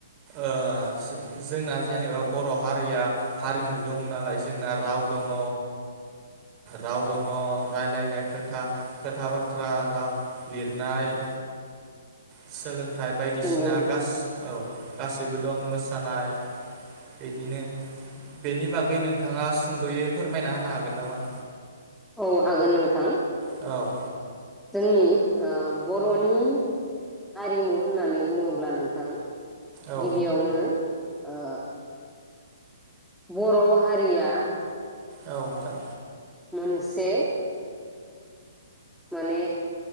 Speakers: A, on the right; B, in the centre.
A: ओ जोंना जेनेबा बर' हारिया हारिमु दं नालाय जोंना राव दङ। राव दङ रायलायनाय खोथा खोथा बाथ्रा राव लिरनाय। सोलों थाइ बायदिसिना
B: नंगौ नोंथां
A: गास औ। गासैबो दं मोसानाय बिदिनो बेनि बागै नोंथाङा सुंद यै फोरमायना होनो हागोन नामा?
B: औ हागोन नोंथां।
A: औ।
B: जोंनि ओ बर रनि हारिमु होननानै बुङोब्ला नोंथां
A: औ
B: गिबियावनो आ बर हारिया‌
A: औ नोंथां।
B: मोनसे माने